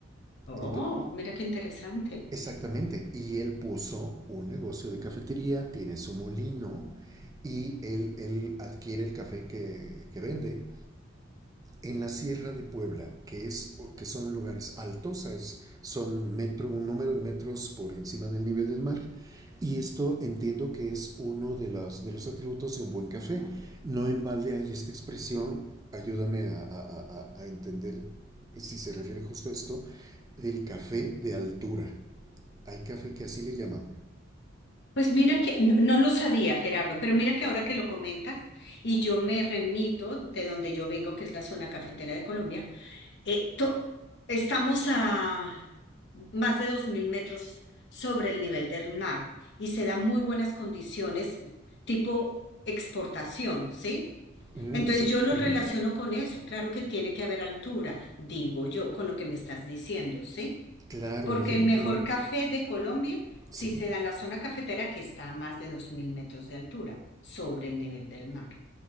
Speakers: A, on the left; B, on the right.
A: Oh,
B: Ento-
A: mira qué interesante.
B: exactamente. Y él puso un negocio de cafetería, tiene su molino y él, él adquiere el café que, que vende en la Sierra de Puebla, que, es, que son lugares altos, es, son metro, un número de metros por encima del nivel del mar, y esto entiendo que es uno de los, de los atributos de un buen café. No en balde hay esta expresión, ayúdame a, a, a, a entender si se refiere justo a esto, del café de altura. Hay café que así le llaman.
A: Pues mira que no, no lo sabía, Gerardo, pero mira que ahora que lo comentas y yo me remito de donde yo vengo, que es la zona cafetera de Colombia, eh, to- estamos a más de 2.000 metros sobre el nivel del mar y se dan muy buenas condiciones tipo exportación, ¿sí?
B: Mm,
A: Entonces
B: ex-
A: yo lo
B: ujú.
A: relaciono con eso. Claro que tiene que haber altura, digo yo, con lo que me estás diciendo, ¿sí?
B: Claro,
A: Porque
B: definitivamente.
A: el mejor café de Colombia,
B: Sí.
A: sí se da en la zona cafetera que está a más de dos mil metros de altura sobre el nivel del mar.